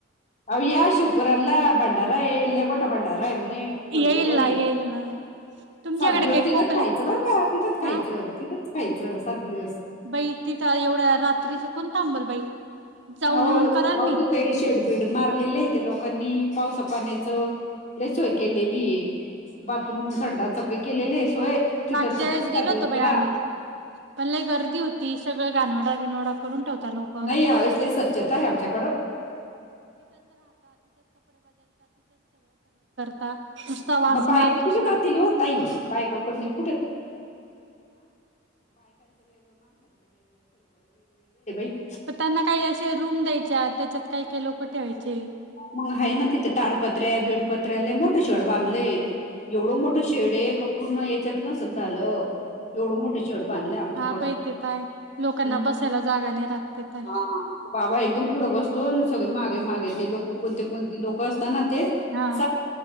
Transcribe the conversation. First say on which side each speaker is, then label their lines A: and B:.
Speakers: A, on the left; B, on the right.
A: अ्या शिवपूरला भंडार एल् मोट टमाडार आहेय म्हणे पकडी
B: येईल
A: जेऊन
B: ना येईल ना तुमच्याकडे
A: सात दिवस
B: काही
A: तिथंच
B: खोकलंय
A: खायचं बरं का तिथंच खायचं
B: हा
A: तिथंच खायचं सात दिवस
B: बाई तिथं एवढ्या रात्रीचं कोणतांबल बाई जाऊन
A: अहो
B: येऊन
A: अहो
B: कराल मी
A: तिथे शेडबीड मारलेले आहे ते लोकांनी पावसा पाण्याच सोय केलेली आहे बाथरूम संडा सग केलेले आहे सोय तिथ
B: मागच्या
A: फक्त
B: वेळेस
A: साध
B: गेलो होतो बाई
A: तरा
B: आम्ही पण लई गर्दी होती सगळं घाणोडा करून ठेव लोक
A: नाही यावेळेस लय स्वच्छता आहे आमच्याकडं
B: <unintelligible> नुसता वास
A: बायका
B: मारतो
A: कुठं
B: सगळं
A: जातील हो ताई? बायका कोणी - <unintelligible> <unintelligible>
B: पण त्यांना काही असे रूम द्यायच्या, त्याच्यात काही-काही लोकं ठेवायचे.
A: मग आहे ना तिथं ताडपत्र्या-बीडपत्र्या! मोठं शेड बांधलयं एवढं मोठं शेड हे, की पूर्ण येच्यात नसल झालं. एवढं मोठे शेड बांधलय आमच्याकडं!
B: हा बाई ते तर आहे. लोकांना
A: हू
B: बसायला जागा नाही राहत ते तर
A: हा
B: आहे.
A: हा. बाबा एकदम पुढं बसतो. अन सगळे मागे-मागे. <unintelligible>
B: हा